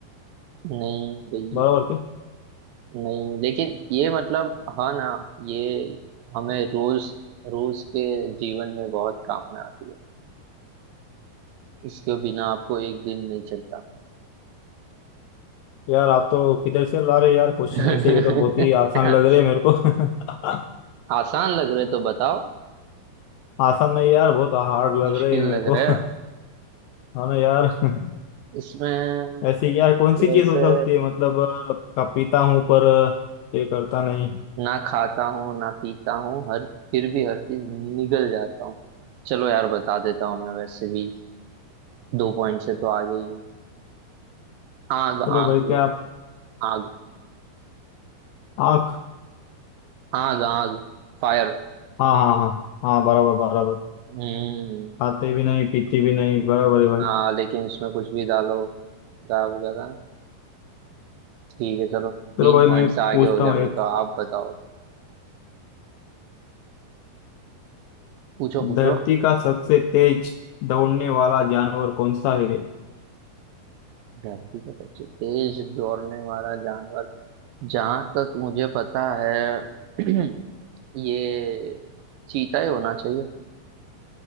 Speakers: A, on the right; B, on the left.
A: नहीं
B: बराबर
A: गई
B: थे
A: नहीं लेकिन ये मतलब हाँ ना ये हमें रोज रोज के जीवन में बहुत काम में आती है इसके बिना आपको एक दिन नहीं चलता
B: यार आप तो किधर से ला रहे यार क्वेश्चन
A: <laughs>
B: ऐसे ये तो बहुत ही आसान लग रहे हैं मेरे को <laughs>
A: आसान लग रहे तो बताओ
B: आसान नहीं यार बहुत हार्ड लग
A: मुश्किल
B: रहे हैं मेरे
A: लग
B: को
A: रहे
B: <laughs> है ना यार <laughs>
A: इसमें मैं
B: ऐसे यार कौन
A: कैसे
B: सी चीज हो सकती है मतलब अ, का पीता हूँ पर अ, ये करता नहीं
A: ना खाता हूँ ना पीता हूँ हर फिर भी हर चीज निगल जाता हूँ चलो यार बता देता हूँ मैं वैसे भी दो पॉइंट से तो आ गई हूँ आग
B: चलो
A: आग
B: भाई क्या आप
A: आग
B: आँख
A: आग आग फायर
B: हाँ हाँ हाँ हाँ बराबर बराबर
A: हम्म
B: खाते भी नहीं पीते भी नहीं बराबर है भाई
A: हाँ लेकिन उसमें कुछ भी डालो गायब हो जाता है। ठीक है चलो
B: चलो
A: तीन
B: भाई
A: पॉइंट
B: मैं
A: से आगे
B: पूछता
A: हो गया
B: हूँ
A: मैं
B: एक
A: तो आप बताओ पूछो पूछो
B: धरती का सबसे तेज दौड़ने वाला जानवर कौन सा है
A: धरती का सबसे तेज दौड़ने वाला जानवर जहां तक मुझे पता है <clears throat> ये चीता ही होना चाहिए